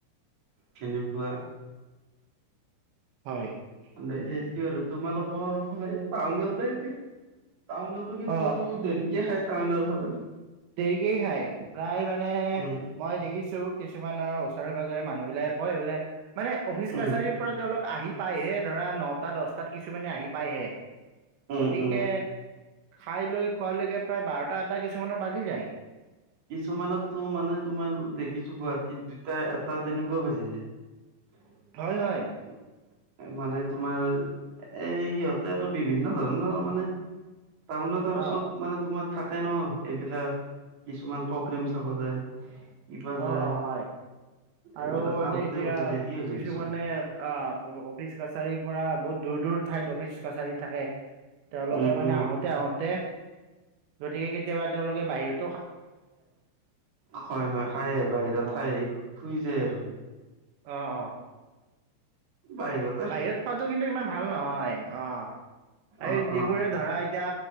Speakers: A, on the right; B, on the right.
A: তেনেকুৱা
B: হয়৷
A: মানে
B: উম
A: সেইটোৱে
B: উম
A: আৰু তোমালোকৰ মানে টাউনতে টো টাউনত কিন্তু
B: অ
A: দেৰিকে খাই টাউনৰ ফালে৷
B: দেৰিকেই খায় প্ৰায় মানে
A: উম
B: মই দেখিছোঁ কিছুমানৰ ওচৰে পাজৰে মানুহবিলাকে কয় বোলে মানে অফিচ
A: উম
B: কাছাৰীৰ পৰা তেওঁলোক আহি পাইহে ধৰা নটা দছটাত কিছুমানে আহি পায়হে
A: উম
B: গতিকে
A: উম
B: খাই লৈ খোৱালৈকে প্ৰায় বাৰটা এটা কিছুমানৰ বাজি যায়৷
A: কিছুমানতো মানে তোমাৰ দেখিছো গুৱাহাটীত দুটা এটা তেনেকুৱা বাজি যায়৷ উ <inaudible>
B: হয়-হয়
A: উ <inaudible> মানে তোমাৰ এই ইহঁতে আৰু বিভিন্ন ধৰণৰ মানে। টাউনত আৰু
B: অ
A: চব মানে তোমাৰ থাকে ন এইবিলাক কিছুমান প্ৰগ্ৰেম চাব যায়। কিবা
B: অ-অ
A: যায়
B: হয় আৰু
A: এইবিলাক
B: মানে
A: আহোতে
B: এতিয়া
A: আহোতে দেৰি হৈ যায়
B: কিছুমানে
A: কিছুমান
B: অ অফিচ কাছাৰীৰ পৰা বহুত দূৰ-দূৰ ঠাইত অফিচ কাছাৰী থাকে। তেওঁলোকে
A: উম
B: মানে
A: উম
B: আহোতে-আহোতে গতিকে কেতিয়াবা তেওঁলোকে বাহিৰত
A: হয- হয় খায়ে বাহিৰত
B: অ
A: খায় শুই যায় আৰু৷
B: অ-অ
A: বাহিৰত
B: বাহিৰত খোৱাটো কিন্তু ইমান ভাল নহয় আহ এই
A: অ
B: যিবোৰে
A: অ
B: ধৰা এতিয়া